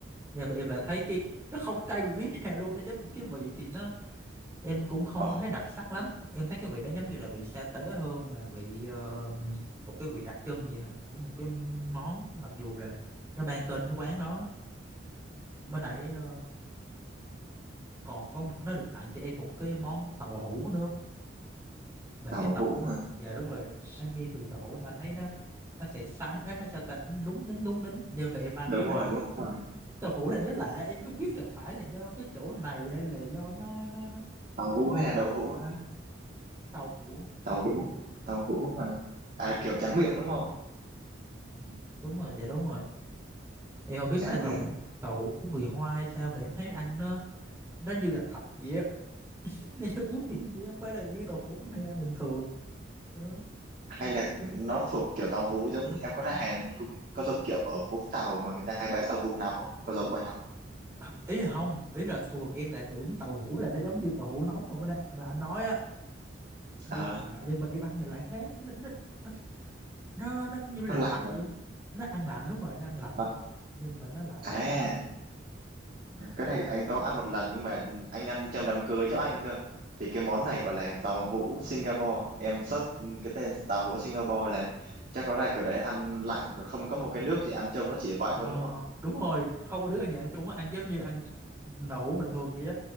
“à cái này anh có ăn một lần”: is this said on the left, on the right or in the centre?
Right